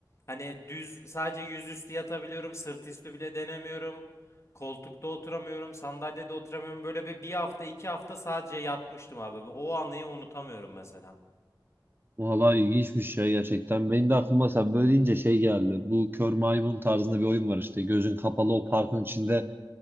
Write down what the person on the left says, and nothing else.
Hani düz sadece yüzüstü yatabiliyorum, sırt üstü bile denemiyorum. Koltukta oturamıyorum, sandalyede oturamıyorum. Böyle bir, bir hafta, iki hafta sadece yatmıştım abi. O anıyı unutamıyorum mesela.